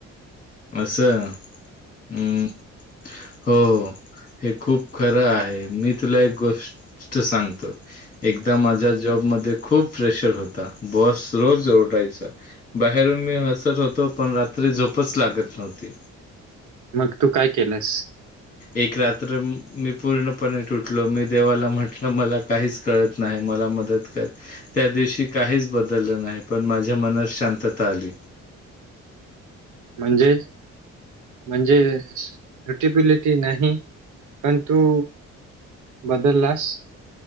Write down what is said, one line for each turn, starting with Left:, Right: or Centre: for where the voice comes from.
Left: असं हम्म. हो, हो हे खूप खरं आहे. मी तुला एक गोष् ट सांगतो. एकदा माझ्या जॉबमध्ये खूप प्रेशर होता, बाॅस रोज ओरडायचा, बाहेरून मी हसत होतो पण रा त्री झोपचं लागत नव्हती.
Right: मग तू काय केलंस?
Left: एक रात्र अंम मी पूर्णपणे तुटलो, मी देवाला म्हंटलं मला काहीचं कळत नाही मला मदत कर. त्या दिवशी काहीचं बदललं नाही, पण माझ्या मनात शांतता आली.
Right: म्हणजे? म्हणजे सुटेबिलिटी नाही पण तु बदललास?